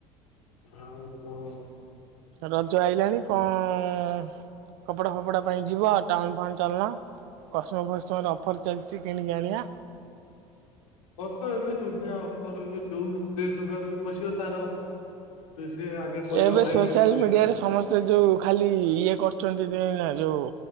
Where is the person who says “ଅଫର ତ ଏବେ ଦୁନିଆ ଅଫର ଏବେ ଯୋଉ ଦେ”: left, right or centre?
Left